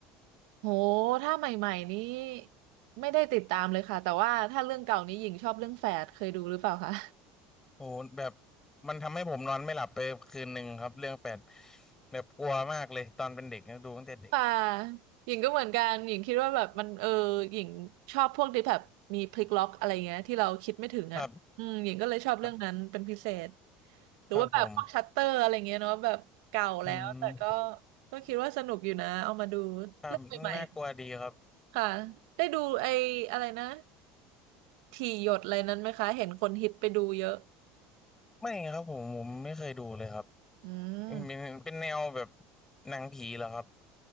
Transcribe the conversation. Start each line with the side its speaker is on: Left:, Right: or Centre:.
Right: โหถ้าใหม่ๆนี้ไม่ได้ติดตามเลยค่ะแต่ว่าถ้าเรื่องเก่านี้หญิงชอบเรื่องแฝดเคยดูหรือเปล่าคะ
Left: โอ้โหแบบมันทำให้ผมนอนไม่หลับไปคืนหนึ่งครับเรื่องแปดแบบกลัวมากเลยตอนเป็นเด็กนะดูตั้งแต่เด็ก
Right: ค่ะหญิงก็เหมือนกันหญิงคิดว่าแบบมันเออหญิงชอบพวกที่แบบมีพลิกล็อกอะไรเงี้ยที่เราคิดไม่ถึงอ่ะอืมหญิงก็เลยชอบเรื่องนั้นเป็นพิเศษ
Left: ครับครับ
Right: หรือว่าแบบพวกชัตเตอร์อะไรเงี้ยเนาะแบบเก่าแล้วแต่ก็
Left: ครับผม อืม
Right: ก็คิดว่าสนุกอยู่นะเอามาดู
Left: ครับน่ากลัวดีครับ
Right: เรื่องใหม่ๆค่ะได้ดูไอ้อะไรนะถี่หยดอะไรนั้นไหมคะเห็นคนฮิตไปดูเยอะ
Left: ไม่ครับผมผมไม่เคยดูเลยครับ
Right: อืม
Left: เป็นเป็นแนวแบบหนังผีเหรอครับ